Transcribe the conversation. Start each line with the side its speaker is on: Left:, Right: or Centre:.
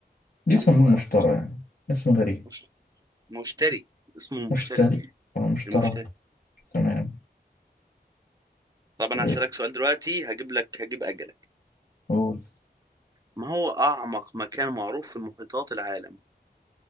Left: دي يسموه
Right: يا عم بقى
Left: المشترى يعني اسم غريب
Right: مش... مشتري اسمه مشتري
Left: مشتري أو مشترى
Right: المشتري
Left: تمام
Right: طب أنا
Left: إيه
Right: هسألك سؤال دلوقتي هجيب لك هجيب أجلك
Left: قول
Right: ما هو أعمق مكان معروف في المحيطات العالم؟